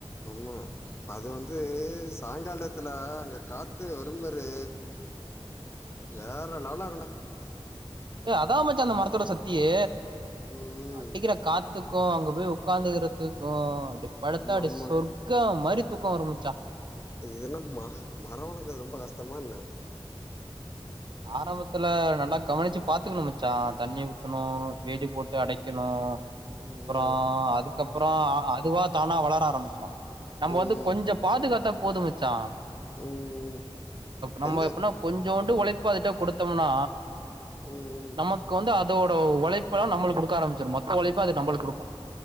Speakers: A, on the left; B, on the right.
A: மா அது வந்து சாயங்காலத்துல அங்க காத்து வரும்பாரு வேற லெவல இருக்குடா
B: ஏ அதான் மாச்சா அந்த மரத்தோட சக்தியே
A: ம்
B: அடிக்கிற காத்துக்கும் அங்க உக்காந்துக்கிறதுக்கும் அப்டி பாடுத்தா
A: ஆமாமா.
B: அப்டி சொர்க்கா மாரி தூக்கம் வரனும் ச
A: என்னம்மா மரம் வளர்க்குறது ரொம்ப கஷ்டமா என்ன
B: ஆரம்பத்துல நல்லா கவனிச்சு பாத்துக்கணும் மச்சா தண்ணி ஊத்தணும் வேலி போட்டு அடைக்கணும்
A: ம்,
B: அப்றோ அதுக்கப் அப்புறம் அதுவா தானா வளர ஆரம்பிச்சிரும் நம்ம
A: ம்,
B: வந்து கொஞ்சம் பாதுகாத்த போது மச்சா
A: ம்.
B: நம்ம
A: எந்த
B: எப்பனா கொஞ் கொஞ்சோண்டு உழைப் இப்பதுட்ட குடுத்தோம்னா
A: ம், ம்.
B: நமக்கு வந்து அ அதோட உழைப்பெல்லாம் நம்ம குடுக்க ஆரம்பிச்சிரும் மொத்த உழைப்ப அது நம்மளுக்கு குடுக்கும்